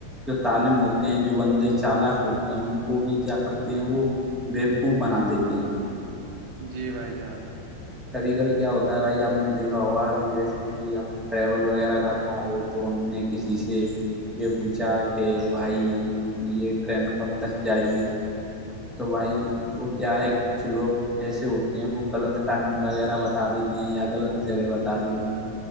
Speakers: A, in the centre; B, on the right.
A: جو تعالم ہوتے ہیں جو بندے چالاک ہوتے ہیں ان کو بھی کیا کرتے ہیں وہ ویبقوف بنا دیتے ہیں
B: جی بھائی جان
A: کبھی کبھی کیا ہوتا ہے بھائی آپ نے دیکھا ہوا کہ جیسے کہ ہم ٹریول وغیرہ کرنا ہو تو ہم نے کسی سے یہ پوچھا کہ بھائی یہ ٹرین کب تک جائے گی تو بھائی وہ کیا ہے کہ کچھ لوگ ایسے ہوتے ہیں وہ غلط ٹائگ وغیرہ بتا دیتی ہیں یا غلط جگہ بتا دیتی ہیں